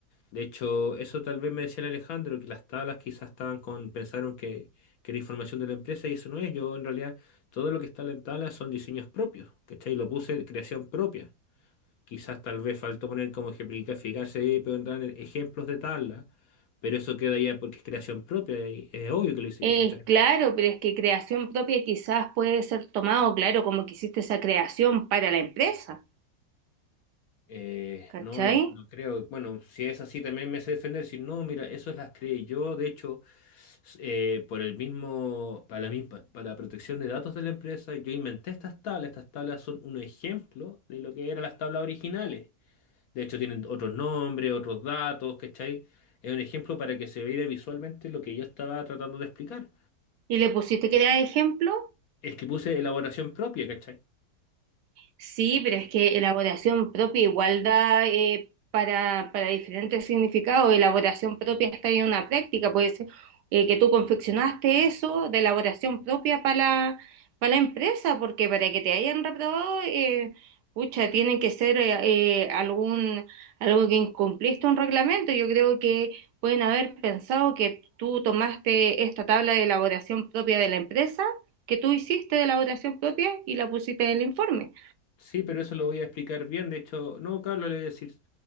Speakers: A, on the left; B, on the right.
A: De hecho, eso tal vez me decía el Alejandro, que las tablas quizás estaban con, pensaron que, que era información de la empresa y eso no es. Yo en realidad todo lo que está en la tabla son diseños propios, ¿cachai? Lo puse creación propia. Quizás tal vez faltó poner como ejemplificarse y preguntar en ejemplos de tabla, pero eso queda ya porque es creación propia y es obvio que lo hice
B: eh,
A: yo, ¿cachai?
B: claro, pero es que creación propia quizás puede ser tomado, claro, como que hiciste esa creación para la empresa,
A: Eh,
B: ¿cachai?
A: no, no, no creo. Bueno, si es así también me sé defender, si no, mira, eso las creé yo, de hecho, s- eh, por el mismo, para la misma, para la protección de datos de la empresa, yo inventé estas tablas, estas tablas son un ejemplo de lo que eran las tablas originales. De hecho, tienen otros nombres, otros datos, ¿cachai? Es un ejemplo para que se vea visualmente lo que yo estaba tratando de explicar.
B: Y le pusiste que era ejemplo
A: Es que puse elaboración propia, ¿cachai?
B: Sí, pero es que elaboración propia igual da eh, para, para diferentes significados. Elaboración propia está en una práctica, puede ser eh, que tú confeccionaste eso de elaboración propia para la, para la empresa, porque para que te hayan reprobado, eh, pucha, tienen que ser eh, eh, algún, algo que incumpliste un reglamento. Yo creo que pueden haber pensado que tú tomaste esta tabla de elaboración propia de la empresa, que tú hiciste de elaboración propia y la pusiste en el informe.
A: Sí, pero eso lo voy a explicar bien. De hecho, no, Carlos, le voy a decir,